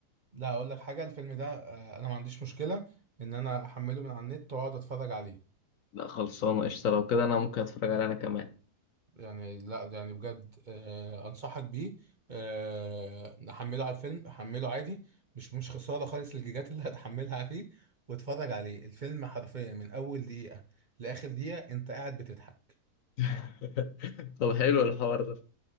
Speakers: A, on the right; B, on the left.
A: لا اقول لك حاجه الفيلم ده آه، انا ما عنديش مشكله ان انا احمله من على النت واقعد اتفرج عليه
B: لا خلصانة قشطة لو كده انا ممكن اتفرج عليه انا كمان
A: يعني لا ده يعني بجد آه انصحك بيه آه نحمله على الفيلم حمله عادي مش مش خساره خالص الجيجات اللي <laughs> هتحملها فيه واتفرج عليه الفيلم حرفيا من اول دقيقه لاخر دقيقه انت قاعد بتضحك
B: <laughs> طب حلو الحوار ده